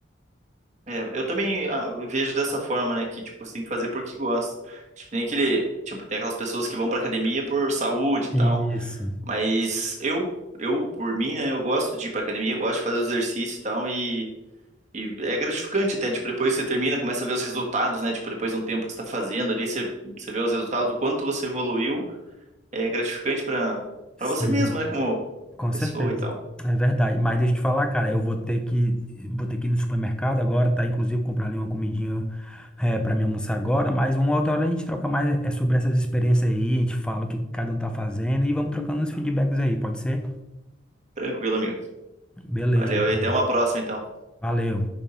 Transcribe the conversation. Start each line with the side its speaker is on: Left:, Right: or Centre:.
Right: É, eu também ah, vejo dessa forma, né? Que, tipo, você tem que fazer porque gosta. Tipo, tem aquele, tipo, tem aquelas pessoas que vão pra academia por saúde e tal.
Centre: Isso,
Right: Mas eu, eu, por mim, né? Eu gosto de ir pra academia, eu gosto de fazer exercício e tal. E, e é gratificante até. Tipo, depois você termina, começa a ver os resultados, né? Tipo, depois de um tempo que você tá fazendo ali, você, você vê os resultados, o quanto você evoluiu. É gratificante pra,
Centre: sim.
Right: pra você mesmo, né? Como
Centre: Com
Right: pessoa
Centre: certeza.
Right: e tal.
Centre: É verdade. Mas deixa eu te falar, cara, eu vou ter que, vou ter que ir no supermercado agora, tá? Inclusive comprar ali uma comidinha é, para mim almoçar agora, mas uma outra hora a gente troca mais é sobre essas experiências aí, a gente fala o que cada um tá fazendo e vamos trocando uns feedbacks aí, pode ser?
Right: Tranquilo, amigo.
Centre: Beleza,
Right: Valeu.
Centre: então.
Right: E até uma próxima, então.
Centre: Valeu.